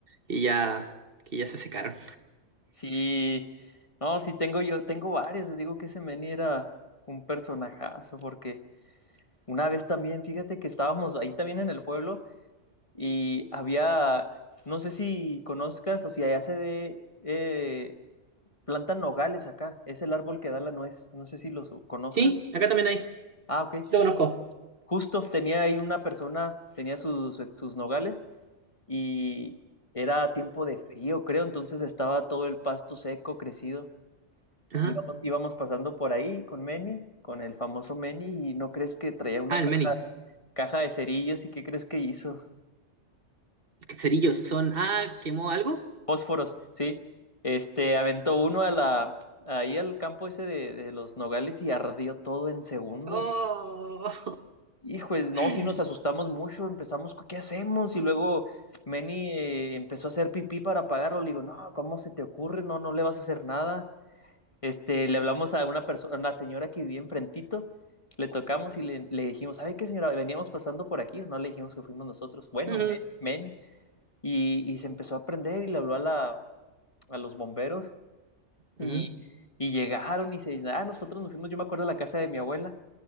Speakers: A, on the right (about 50°); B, on the left (about 30°).
A: que ya, que ya se secaron.
B: Sí, no, sí tengo yo, tengo varios. Les digo que ese Manny era un personajazo, porque una vez también, fíjate que estábamos ahí también en el pueblo y había, no sé si conozcas o si allá se de, eh, plantan nogales acá. Es el árbol que da la nuez. No sé si los conozcas.
A: Sí, acá también hay,
B: Ah, ok.
A: lo conozco.
B: Justo tenía ahí una persona, tenía sus, sus nogales y era tiempo de frío, creo, entonces estaba todo el pasto seco, crecido.
A: Ajá.
B: Íbamos, íbamos pasando por ahí con Manny, con el famoso Manny, y no crees que traía una
A: Ah, el
B: caja,
A: Meni.
B: caja de cerillos, ¿y qué crees que hizo?
A: Cerillos son. Ah, ¿quemó algo?
B: Fósforos, sí. Este, aventó uno a la, ahí al campo ese de, de los nogales y ardió todo en segundos.
A: Oh.
B: Hijo, es- no,
A: <laughs>
B: sí nos asustamos mucho, empezamos, ¿qué hacemos? Y luego Manny eh, empezó a hacer pipí para apagarlo. Le digo, no, ¿cómo se te ocurre? No, no le vas a hacer nada. Este, le hablamos a una persona, a una señora que vivía enfrentito, le tocamos y le, le dijimos, ¿sabe qué, señora? Veníamos pasando por aquí, no le dijimos que fuimos nosotros. Bueno,
A: Ujú,
B: men, men. Y, y se empezó a aprender y le habló a la, a los bomberos y,
A: ujú,
B: y llegaron y se, ah, nosotros nos fuimos, yo me acuerdo a la casa de mi abuela